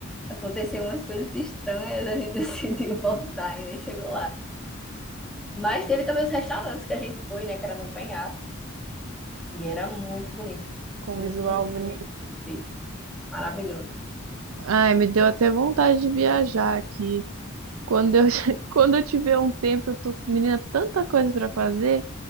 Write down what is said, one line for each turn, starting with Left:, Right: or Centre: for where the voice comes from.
Centre: aconteceu umas coisas estranhas, a gente <laughs> decidiu voltar e nem chegou lá. Mas teve também os restaurantes que a gente foi, né? Que era no penhasco. E era muito bonito.
Right: Com
Centre: Muito
Right: visual bonito.
Centre: perfeito. Maravilhoso.
Right: Ai, me deu até vontade de viajar aqui. Quando eu, <laughs> quando eu tiver um tempo, eu tô, menina, tanta coisa pra fazer,